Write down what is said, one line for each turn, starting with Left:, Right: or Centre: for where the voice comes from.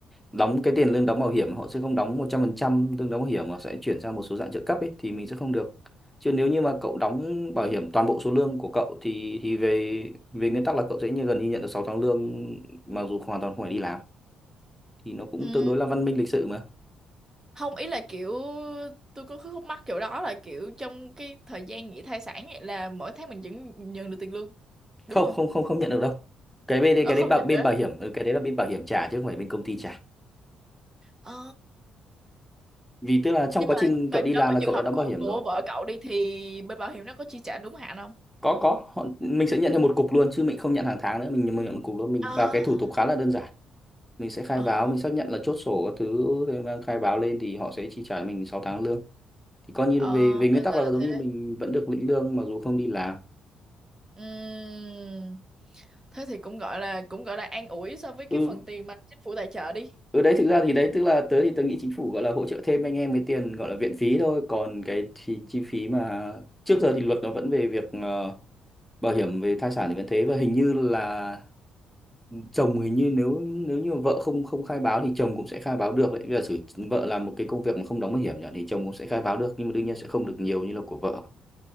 Centre: đóng cái tiền lương đóng bảo hiểm họ sẽ không đóng 100% lương đóng bảo hiểm mà sẽ chuyển sang một số dạng trợ cấp ấy thì mình sẽ không được. Chứ nếu như mà cậu đóng bảo hiểm toàn bộ số lương của cậu thì thì về về nguyên tắc là cậu sẽ như gần như nhận được 6 tháng lương mặc dù hoàn toàn không phải đi làm thì nó cũng
Right: Ừm,
Centre: tương đối là văn minh lịch sự mà.
Right: Không ý là kiểu tôi có khúc mắc kiểu đó là kiểu trong cái thời gian nghỉ thai sản ấy là mỗi tháng mình vẫn nhận được tiền lương, đúng
Centre: không
Right: không?
Centre: không không không nhận được đâu cái bên đấy
Right: Ờ
Centre: cái
Right: không
Centre: đấy bảo-
Right: nhận
Centre: bên
Right: nữa.
Centre: bảo hiểm ừ, cái đấy là bên bảo hiểm trả chứ không phải bên công ty trả
Right: À.
Centre: vì tức là trong
Right: nhưng
Centre: quá
Right: mà
Centre: trình
Right: nhưng
Centre: cậu
Right: mà
Centre: đi
Right: đối
Centre: làm
Right: với
Centre: là
Right: trường
Centre: cậu
Right: hợp
Centre: đã đóng
Right: của
Centre: bảo hiểm
Right: của
Centre: rồi
Right: vợ cậu đi thì bên bảo hiểm nó có chi trả đúng hạn không
Centre: có có họ, mình sẽ nhận theo một cục luôn chứ mình không nhận hàng tháng nữa mình, mình nhận một cục luôn mình
Right: à
Centre: và cái thủ tục khá là đơn giản mình sẽ khai
Right: ờ
Centre: báo mình xác nhận là chốt sổ các thứ để mà khai báo lên thì họ sẽ chi trả mình 6 tháng lương thì coi như
Right: ờ
Centre: về về nguyên
Right: ra
Centre: tắc
Right: là
Centre: là giống
Right: thế
Centre: như mình vẫn được lĩnh lương mặc dù không đi làm
Right: Ừm, thế thì cũng gọi là cũng gọi là an ủi so với
Centre: ừ
Right: cái phần tiền mà chính phủ tài trợ đi
Centre: Ừ đấy thực ra thì đấy tức là tớ thì tớ nghĩ chính phủ gọi là hỗ trợ thêm anh em cái tiền gọi là viện phí thôi còn cái chi, chi phí mà trước giờ thì luật nó vẫn về việc ờ, bảo hiểm về thai sản thì vẫn thế và hình như là chồng hình như nếu nếu như vợ không không khai báo thì chồng cũng sẽ khai báo được đấy bây giờ sử vợ làm một cái công việc mà không đóng bảo hiểm nhỉ thì chồng cũng sẽ khai báo được nhưng mà đương nhiên sẽ không được nhiều như là của vợ